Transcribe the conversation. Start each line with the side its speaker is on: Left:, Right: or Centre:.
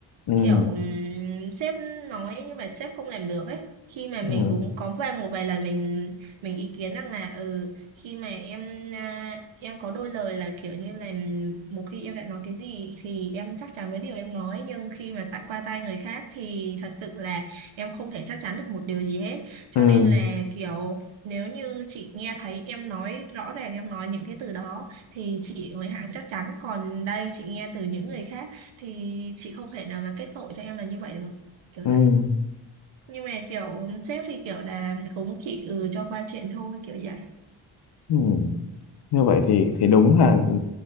Left: ừ
Right: kiểu ừm, sếp nói nhưng mà sếp không làm được ấy khi mà mình
Left: ừ
Right: cũng có vài một vài lần mình mình ý kiến rằng là ừ khi mà em à, em có đôi lời là kiểu như là một khi em đã nói cái gì thì em chắc chắn với điều em nói nhưng khi mà tại qua tay người khác thì thật sự là em không thể chắc chắn được một điều gì hết cho
Left: ừ
Right: nên là kiểu nếu như chị nghe thấy em nói rõ ràng em nói những cái từ đó thì chị mới hẳn chắc chắn còn đây chị nghe từ những người khác thì chị không thể nào mà kết tội cho em là như vậy được kiểu
Left: ừ
Right: này nhưng mà kiểu sếp thì kiểu là cũng chỉ ừ cho qua chuyện thôi kiểu vậy
Left: ừ như vậy thì thì đúng là ừ,